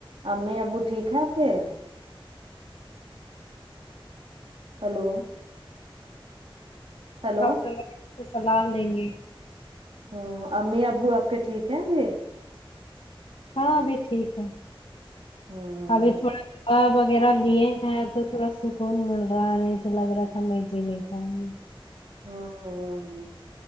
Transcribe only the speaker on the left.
ڈاکٹر سے صلاح لیں گے
ہاں ابھی ٹھیک ہے
ابھی تھوڑا وغیرہ لیے ہیں تو تھوڑا سکھ خون مل رہا ہے نہیں تو لگ رہا تھا میں جی نہیں پاؤں گی